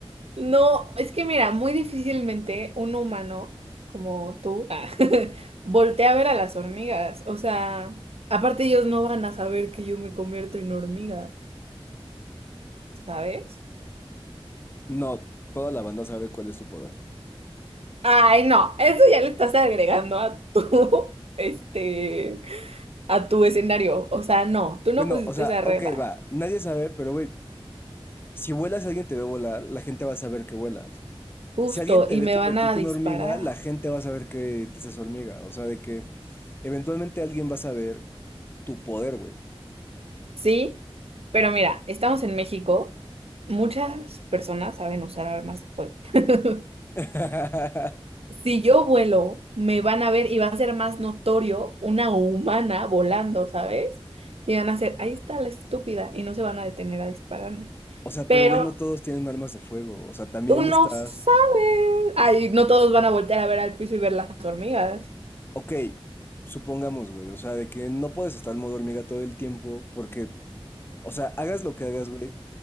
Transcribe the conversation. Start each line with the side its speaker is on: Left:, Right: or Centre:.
Right: No, es que mira, muy difícilmente un humano como tú ah, <laughs> voltea a ver a las hormigas. O sea, aparte ellos no van a saber que yo me convierto en hormiga, ¿sabes?
Left: No, toda la banda sabe cuál es su poder.
Right: Ay, no, eso ya le estás agregando a tu, <laughs> este, a tu escenario. O sea, no, tú no
Left: Bueno,
Right: pusiste
Left: o sea,
Right: esa regla.
Left: ok, va, nadie sabe, pero güey. Si vuelas alguien te ve volar, la gente va a saber que vuelas.
Right: Justo,
Left: Si alguien te
Right: y
Left: ve
Right: me
Left: convertirte
Right: van a disparar.
Left: en hormiga, la gente va a saber que te haces hormiga. O sea, de que eventualmente alguien va a saber tu poder, güey.
Right: Sí, pero mira, estamos en México. Muchas personas saben usar armas de fuego. <laughs>
Left: <laughs>
Right: Si yo vuelo, me van a ver y va a ser más notorio una humana volando, ¿sabes? Y van a hacer, ahí está la estúpida, y no se van a detener a dispararme.
Left: O sea,
Right: Pero
Left: pero güey, no todos tienen armas de fuego. O sea, también
Right: tú no
Left: estás.
Right: sabes. Ay, no todos van a voltear a ver al piso y ver las hormigas.
Left: Ok, supongamos, güey. O sea, de que no puedes estar en modo hormiga todo el tiempo porque O sea, hagas lo que hagas, güey.